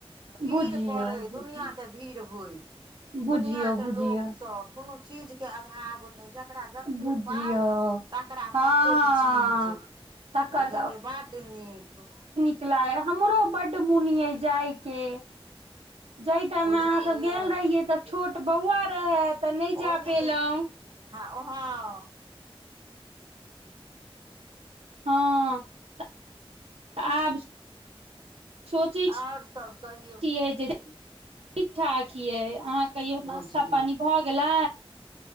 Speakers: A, on the right; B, on the right.
A: भीड़
B: बुझियौ
A: पड़ै
B: बुझियौ
A: दुनिआँके भीड़ होय
B: बुझियौ
A: दुनिआँके
B: बुझियौ
A: लोक। कोनो चीज के अभाव नहि- तकरा जतेक
B: बुझियौ
A: पाइ तकरा
B: हँ हँ
A: ततेक चीज।
B: तकर
A: बुझलिय बड नीक।
B: लाग हमरो बड्ड मौन यै जाय के। जाहि टाइम
A: बुझल
B: मे अहाँ सब
A: ये
B: गेल रहियै तऽ छोट बौआ रहै तऽ नहि जा
A: ओहि
B: पेलहुँं।
A: दू हँ ओहो।
B: हँ तऽऽ आब। सोचै
A: आओर सभ कहियौ।
B: छियै जे ठीक ठाक यै अहाँ कहियौ
A: बुझियौ
B: नास्ता पानी भऽ गेलै